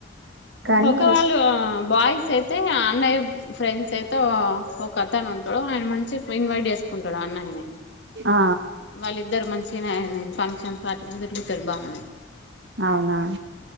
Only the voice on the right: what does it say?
కానీ
ఆ
అవునా